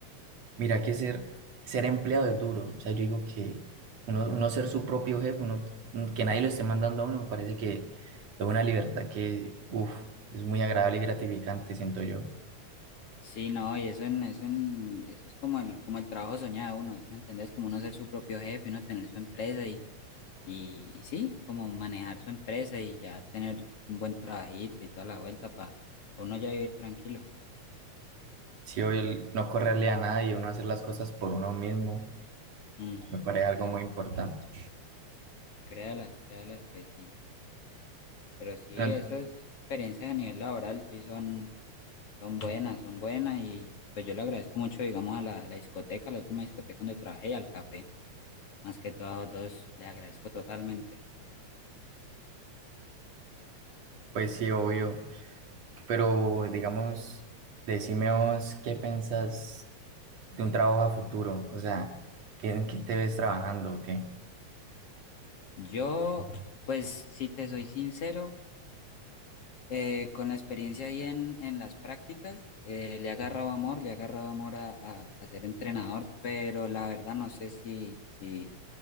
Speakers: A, on the right; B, on the left.
A: Mira que ser, ser empleado es duro. O sea, yo digo que uno, uno ser su propio jefe, uno, que nadie lo esté mandando a uno, me parece que es una libertad que, uff, es muy agradable y gratificante, siento yo.
B: sí, no, y eso, en, eso, en- eso es como el, como el trabajo soñado de uno, ¿sí me entendés? Como uno ser su propio jefe, uno tener su empresa y Y, y sí, como manejar su empresa y ya tener un buen trabajito y toda la vuelta para uno ya vivir tranquilo.
A: Si hoy el no correrle a nadie, uno hacer las cosas por uno mismo,
B: Mm,
A: me parece
B: sí,
A: algo muy importante.
B: créalas, créalas que sí. Pero sí,
A: Pero,
B: esas experiencias a nivel laboral sí son, son buenas, son buenas y pues yo le agradezco mucho, digamos, a la, a la discoteca, a la última discoteca donde trabajé y al café. Más que todo a los dos, les agradezco totalmente.
A: pues sí, obvio. Pero digamos, decime vos, ¿qué pensás de un trabajo a futuro? O sea, ¿qué- ¿en qué te ves trabajando? o ¿Qué?
B: Yo, pues, si te soy sincero, eh, con la experiencia ahí en, en las prácticas, eh, le ha agarrado amor, le ha agarrado amor a, a- a ser entrenador, pero la verdad no sé si, si,